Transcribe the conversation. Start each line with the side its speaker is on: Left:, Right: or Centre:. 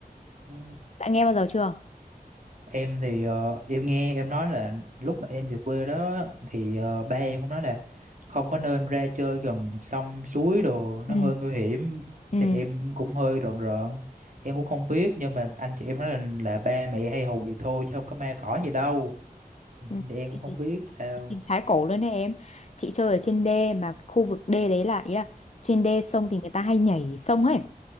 Right: Ừ.
Left: đã nghe bao giờ chưa
Right: Em thì ờ, em nghe em nói là lúc mà em về quê đó thì ờ, ba em cũng nói là không có nên ra chơi gần sông suối đồ nó
Left: Ừ.
Right: hơi nguy hiểm
Left: ừ
Right: thì em cũng hơi rợn rợn em cũng không biết nhưng mà anh chị em nói là, là ba mẹ hay hù vậy thôi chứ không có ma cỏ gì đâu Thì
Left: ừ.
Right: em
Left: chị
Right: cũng không
Left: thì-
Right: biết sao
Left: chị thì sái cổ luôn đấy em chị chơi ở trên đê mà khu vực đê đấy là ý là trên đê sông thì người ta hay nhảy sông ấy